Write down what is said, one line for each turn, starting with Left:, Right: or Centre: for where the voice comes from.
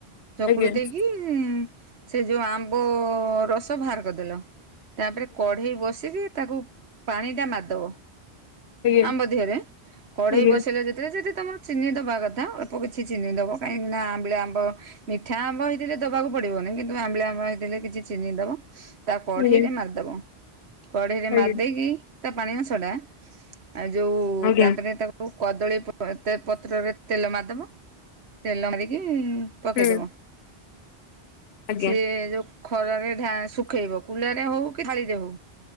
Right: ଚକୁଡି
Left: ଆଜ୍ଞା
Right: ଦେଇକି ସେ ଯୋଉ ଆମ୍ବ ରସ ବାହାର କରିଦେଲ। ତା'ପରେ କଢେଇ ବସେଇ କି ତାକୁ ପାଣି ଟା ମାରି ଦବ।
Left: ଆଜ୍ଞା
Right: ଆମ୍ବ ଦିହରେ କଢେଇ
Left: ଆଜ୍ଞା ଆଜ୍ଞା
Right: ବସେଇଲା ଯେତେବେଳେ ଯଦି ତମର ଚିନି ଦେବା କଥା ଅଳ୍ପ କିଛି ଚିନି ଦବ କାହିଁକିନାଆମ୍ବିଳି ଆମ୍ବ। ମିଠା ଆମ୍ବ ହେଇଥିଲେ ଦବାକୁ ପଡିବନି କିନ୍ତୁ ଆମ୍ବିଳି ଆମ୍ବ ହେଇଥିଲେ କିଛି ଚିନି ଦବ। ତାକୁ କଢେଇରେ
Left: ଆଜ୍ଞା
Right: ମାରିଦବ। କଢେଇରେ
Left: ଆଜ୍ଞା
Right: ମାରି ଦେଇେଇକି ତା ପାଣି ଅଂଶ ଟା ଯୋଉ
Left: ଆଜ୍ଞା
Right: ତାପରେ ତାକୁ ଆଉ କଦଳୀ ପତ୍ରରେ ତେଲ ମାରିଦବ। ତେଲ ମାରିକି ପକେଇଦବ।
Left: ହୁଁ ଆଜ୍ଞା
Right: ସିଏ
Left: ଆଜ୍ଞା
Right: ଯୋଉ ଖରାରେ ଢାଳି ଶୁଖେଇବ। କୁଲାରେ ହଉ କି ଥାଳିରେ ହଉ।